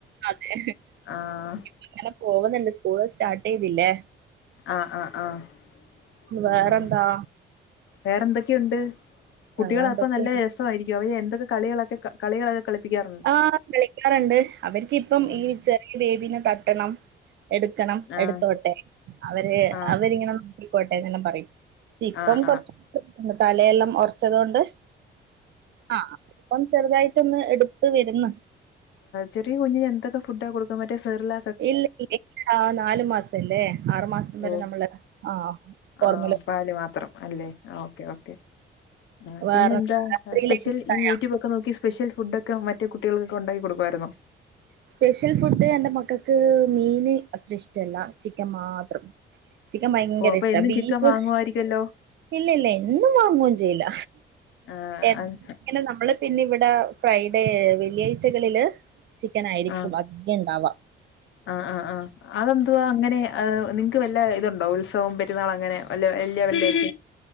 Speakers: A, on the right; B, on the left.
A: അതെ
B: ആഹ്
A: അങ്ങനെ പോവുന്നുണ്ട് സ്കൂള് സ്റ്റാർട്ട് ചെയ്തില്ലേ
B: ആഹ് ആഹ് ആഹ്
A: വേറെന്താ
B: ഉം വേറെന്തൊക്കെ ഉണ്ട് കുട്ടികൾ
A: വേറെ എന്തൊക്കെയുണ്ട്
B: അപ്പോ നല്ല സയിരിക്കും അവെ എന്തൊക്കെളികളൊക്കെ കളികള കളിപിക്കാ
A: ആഹ് വിളിക്കാറ്ണ്ട് അവർക്ക്പ്പം
B: ആഹ്
A: ഈ ചെറിയ ബേബീ തട്ടണം എടുക്കണം
B: ആഹ്
A: എടുത്തോട്ടെ അവര്
B: ആഹ്
A: അവരിങ്ങനെ നിക്കോട്ടെ എന്നൊക്കെ പറയും ഇപ്പം
B: ആഹ്
A: കൊറച്ച്ണ്ട് തലെയെല്ലാം ഒറച്ചതൊണ്ട് ആഹ് ഇപ്പം ചെറുതായിട്ടൊന്ന് എടുത്ത് വര്ന്ന്
B: ചെറിയ കുഞ്ഞിന് എന്തൊക്കെ ഫുഡാ കൊടുക്കും പറ്റ സെറില
A: ഇല്ല ഇല്ല ആഹ് നാല് മാസംല്ലേ ആറുമാസം വരെ
B: ഓ
A: നമ്മള് ആഹ് ഫോർമുല
B: ആഹ് പാല് മാത്രം അല്ലേ ഓക്കേ ഓക്കേ ആഹ്
A: വേറെ
B: പിന്നെന്താ
A: രാത്രിയിലേക്ക്
B: സ്പെഷ്യൽ
A: ഫുഡായാ?
B: ഈ യൂട്യൂബ് നോ ഒക്കെ നോക്കി സ്പെഷൽ ഫുഡ് ഒക്കെറ്റ കുട്ടികൾക്കെണ്ടാക്കി കൊടുവായിരിന്നോ?
A: സ്പെഷ്യൽ ഫുഡ് എന്റെ മക്കൾക്ക് മീന് അത്ര ഇഷ്ടല്ല ചിക്കൻ മാത്രം ചിക്കൻ ഭയങ്കര
B: ഓ അപ്പൊ
A: ഇഷ്ട
B: എന്നും
A: ബീഫ്
B: ചിക്കൻ വാങ്ങുവായിരിക്കല്ലോ
A: ഇല്ലല്ല എന്നും വാങ്ങുന്നും ചെയ്യില്ല
B: ആഹ്
A: എന്ന ങ്ങനെ നമ്മള് പിന്നെ ഇവിടെ ഫ്രൈഡേ വെള്ളിയാഴ്ചകളില് ചിക്കൻ ആയിരിക്കും
B: ആഹ്
A: അധികം ഇണ്ടാവ
B: ആഹ് ആഹ് ആഹ് അതെന്തുവാ അങ്ങനെ അഹ് നിങ്ങൾക്ക് വല്ല ഇതുണ്ടോ ഉത്സവം പറ്റുന്നാൾ അങ്ങനെ വ വലിയ വലിയ